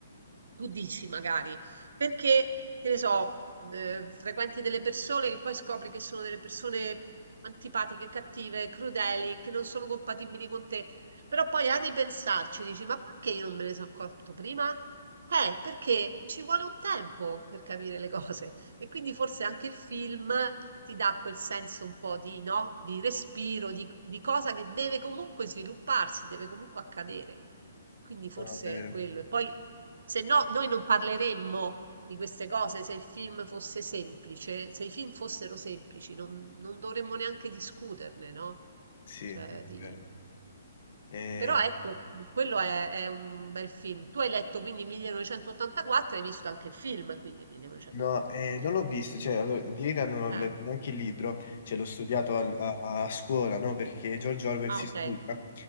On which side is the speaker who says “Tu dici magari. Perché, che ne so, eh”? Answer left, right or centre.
Right